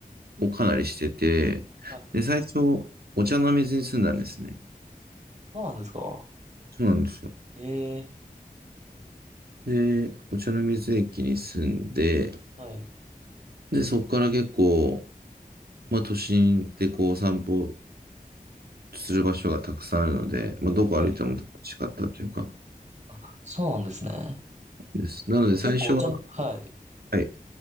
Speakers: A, on the right (about 85°); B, on the right (about 50°).
A: をかなりしてて、
B: はい
A: で、最初、お茶の水に住んだんですね。
B: そうなんですか
A: そうなんですよ。
B: ええ
A: で、お茶の水駅に住んで、
B: はい、
A: で、そこから結構、まあ、都心でこう散歩する場所がたくさんあるので、まあ、どこ歩いても楽しかったというか、
B: はい。あ、そうなんですね。
A: です。なので、
B: まあ結構お茶の、
A: 最初は、
B: はい。
A: はい、